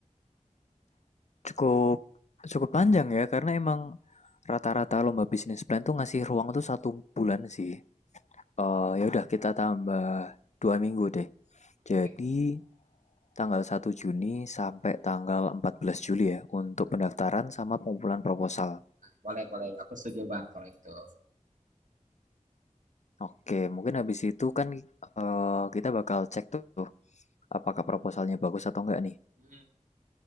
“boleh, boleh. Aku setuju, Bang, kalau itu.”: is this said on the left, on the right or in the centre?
Right